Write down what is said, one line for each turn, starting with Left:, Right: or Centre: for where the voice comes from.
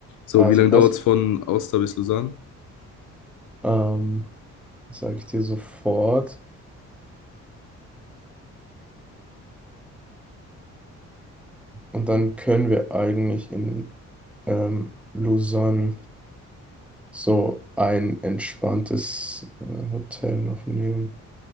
Left: So,
Centre: Also
Left: wie lange
Centre: was,
Left: dauert es von Aosta bis Lausanne?
Centre: ähm, sage ich dir sofort. Und dann können wir eigentlich in ähm, Lausanne so ein entspanntes äh, Hotel noch nehmen.